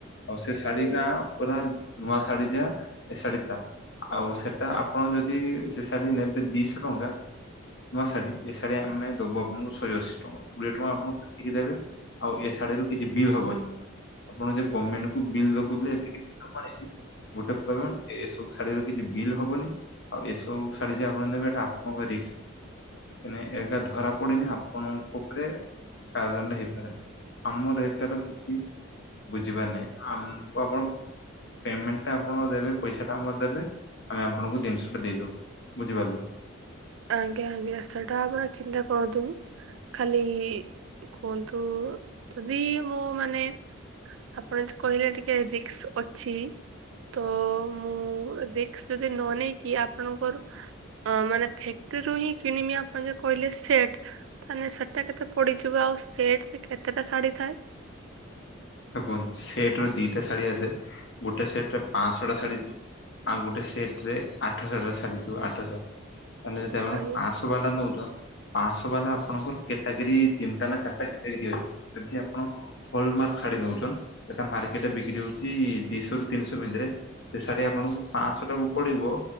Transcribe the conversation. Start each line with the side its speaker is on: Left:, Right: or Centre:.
Left: ଆଉ ସେ ଶାଢୀ
Right: ଆଜ୍ଞା
Left: ଟା ପୁରା ନୂଆ ଶାଢୀ ଯା ଏ ଶାଢୀ ଟା ଆଉ ସେଟା ଆପଣ ଯଦି ସେ ଶାଢୀ ନେବେ ଦିଶହ ଟଙ୍କା। ନୂଆ ଶାଢୀ ଏ ଶାଢୀ ଆମେ। ବୁ ଆପଣଙ୍କୁ ଶହେ ଅଶୀ ଟଙ୍କା କୋଡିଏ ଟଙ୍କା ଆମକୁ କାଟିକି ଦେବେ ଆଉ ଏ ଶାଢ଼ୀର କିଛି ବିଲ ହବନି। ଆପଣ ଯେ ଗମେଣ୍ଟ କୁ ବିଲ ଦଖଉଥିଲେ ଏତିକି ବିଲ <unintelligible> ଗୋଟେ ପ୍ରୋବ୍ଲେମ ଏସବୁ ଶାଢୀର କିଛି ବିଲ୍ ହବନି ଆଉ ଏସବୁ ଶାଢୀ ଯେ ଆପଣ ନେବେ ସେଟା ଆପଣଙ୍କ ରି ନାଇ ଏଟା ଧରା ପଡିିନି ଆପଣଙ୍କ ଉପରେ କାରଦଣ୍ଡ ହେଇପାରେ ଆମର ଏଟାର କିଛି ବୁଝିପାରିନି ଆମକୁ ଆପଣ ପେମେଣ୍ଟା ଆପଣ ଦେବେ ପଇସାଟା ଦେବେ ଆମେ ଆପଣଙ୍କୁ ଜିନିଷ ଟା ଦେଇଦବୁ ବୁଝିପାରିଲେ?
Right: ଆଜ୍ଞା ଆଜ୍ଞା ସେଟା ଆପଣ ଚିନ୍ତା କରନ୍ତୁନି ଖାଲି କୁହନ୍ତୁ ଯଦି ମୁଁ ମାନେ ଆପଣ ଯ କହିଲେ ଟିକେ ରିକ୍ସ ଅଛି ତ ମୁଁ ରିକ୍ସ ଯଦି ନ ନେଇକି ଆପଣଙ୍କର ମାନେ ଫେ ସେଥିରୁ ହିଁ କିଣିବି ଆପଣ ଯ କହିଲେ ସେଟ ତାଲେ ସେଟଟା କେତେ ପଡିଯିବ ଆଉ ସେଟ କେ କେତେ ଶାଢ଼ୀ ଥାଏ?
Left: ଆ କୁହନ୍ତୁ ସେଟରୁ ଦିଟା ଶାଢ଼ୀ ଆସେ ଗୋଟେ ସେଟରେ ପାଆଶହଟା ଶାଢୀ ଥିବ। ଆଉ ଗୋଟେ ସେଟ ରେ ଆଠଶହ ଟା ାଡିଥିବ ଆଠଶହ। ତାହେଲେ ଯଦିେ
Right: ଆଜ୍ଞା।
Left: ଆସ ବାଲା ନେଉଛ ପାଞ୍ଚଶହ ବାଲା ଆପଣଙ୍କର କ୍ୟାଟାଗୋରୀ ତିନିଟା ନା ଚାରିଟା କ୍ୟାଟାଗୋରୀ ଅଛି? ଯଦି ଆପଣ ହଲମାର୍କ <unintelligible> ଛାଡି ନଉଛନ୍ ସେଟା ମାର୍କେଟରେ ବିକ୍ରି ହଉଛି ଦିଶହୁ ତିନିଶହ ଭିତରେ ସେ ଶାଢ଼ୀ ଆପଣଙ୍କୁ ପାଞ୍ଚଶହ ଟାକୁ ପଡିବ